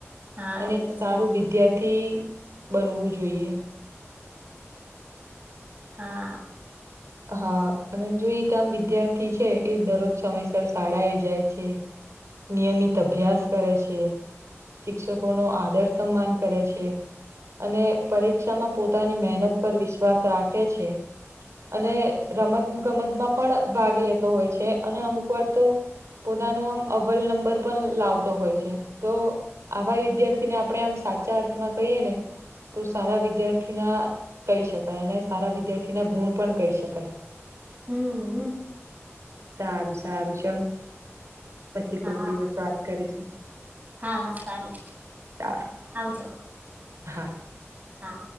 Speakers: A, on the right; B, on the right.
A: હા
B: અને
A: એ તો
B: સારું
A: છે
B: વિદ્યાર્થી બનવુ જોઈએ
A: હા
B: હા અને જો એક આમ વિદ્યાર્થી છે એ દરરોજ સમયસર શાળા એ જાય છે નિયમિત અભ્યાસ કરે છે શિક્ષકો નો આદર સમાન કરે છે અને પરીક્ષામાં પોતાની મહેનત પર વિશ્વાસ રાખે છે અને રમત ગમતમાં પણ ભાગ લેતો હોય છે અને અમુક વાર તો પોતાનું આમ અવવલ નંબર પણ લાવતો હોય છે તો આવા વિદ્યાર્થીને આપણે આમ સાચા અર્થમાં કહીએ ને તો સારા વિદ્યાર્થીના કહી શકાય અને સારા વિદ્યાર્થીના ગુણ પણ કહી શકાય
A: હમ હ
B: સારું સારું ચલો પછી
A: હા
B: કોક દિવસ વાત કરીશું
A: હા હા સારું
B: સારું.
A: આવજો
B: હા
A: હા